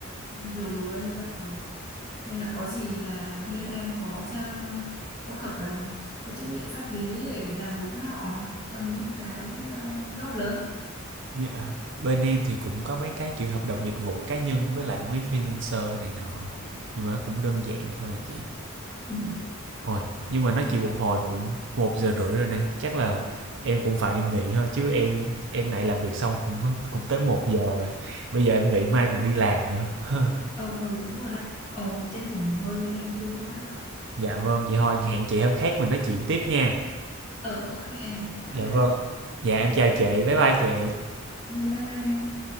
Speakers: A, on the left (about 30°); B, on the right (about 60°).
A: lù lù ra như vậy rồi nên là có gì là bên em có tra, có hợp đồng có trách nhiệm pháp lý để ràng buộc với họ trong những cái ờ, job lớn
B: Dạ, bên em thì cũng có mấy cái kiểu hợp đồng dịch vụ cá nhân với lại mấy freelancer này nọ Nhưng mà nó cũng đơn giản thôi à chị
A: ừ
B: Ôi, nhưng mà nói chuyện một hồi cũng một giờ rưỡi rồi này Chắc là em cũng phải nghỉ thôi chứ em em này làm việc xong cũng cũng tới một giờ rồi Bây giờ em nghỉ mai còn đi làm nữa <laughs>
A: ừ, ừ đúng rồi đấy ờ tranh thủ nghỉ ngơi đi em vui quá rồi đó
B: Dạ vâng, vậy thôi hẹn chị hôm khác mình nói chuyện tiếp nha
A: ờ ok em bye
B: Dạ
A: bye
B: vâng Dạ em chào chị, bye bye chị
A: Ừ, bye bye em.